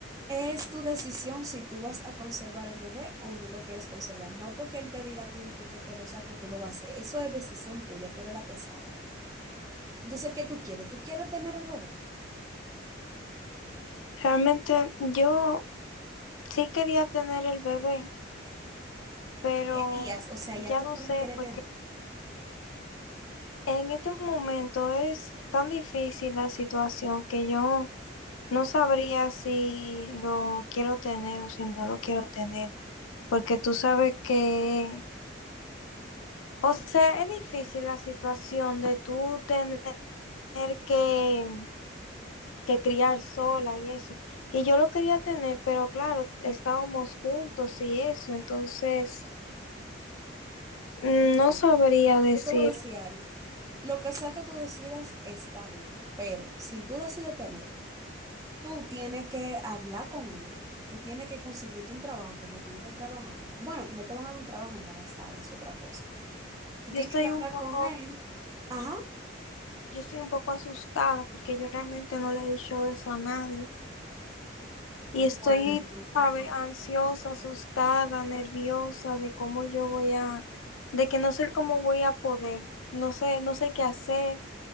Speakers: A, on the right; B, on the left.
A: es tu decisión si tú vas a conservar el bebé o no lo quieres conservar. No porque él te diga a ti di que, que te lo saque, tú lo vas a hacer. Eso es decisión tuya, tú eres la que sabe. Entonces, ¿qué tú quieres? ¿Tú quieres tener el bebé?
B: Realmente yo sí quería tener el bebé, pero
A: ¿Qué harías? O sea,
B: ya
A: ya tú
B: no sé,
A: no lo quieres
B: porque
A: tener.
B: en este momento es tan difícil la situación que yo no sabría si lo quiero tener o si no lo quiero tener, porque tú sabes que, o sea, es difícil la situación de tú tener que, que criar sola y eso. Y yo lo quería tener, pero claro, estábamos juntos y eso, entonces... Mm,
A: Mira,
B: No sabría decir.
A: yo te voy a decir algo. Lo que sea que tú decidas está bien, pero si tú decides tenerlo, Tú tienes que hablar con él, tú tienes que conseguirte un trabajo porque tú no estás trabajando. Bueno, no te van a dar un trabajo embarazada, es otra cosa. Tú
B: Yo
A: tienes
B: estoy
A: que hablar
B: un poco,
A: con él. Ajá.
B: yo estoy un poco asustada porque yo realmente no le he dicho eso a nadie. Y
A: Bueno.
B: estoy, sabe, ansiosa, asustada, nerviosa de cómo yo voy a, de que no sé cómo voy a poder, no sé, no sé qué hacer.